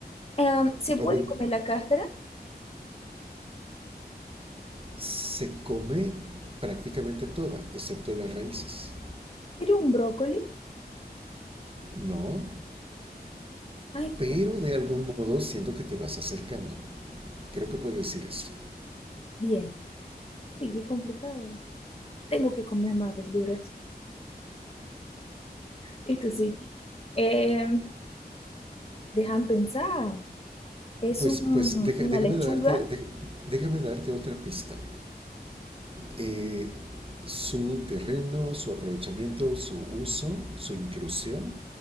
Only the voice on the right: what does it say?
O bueno,
se come prácticamente toda, excepto las
raíces,
¿no?
Pero de algún modo siento que te vas acercando. Creo que puedo decir eso.
Pues,
pues deja-
déjame,
darte, dej- déjame darte otra pista. Eh, su terreno, su aprovechamiento, su uso, su inclusión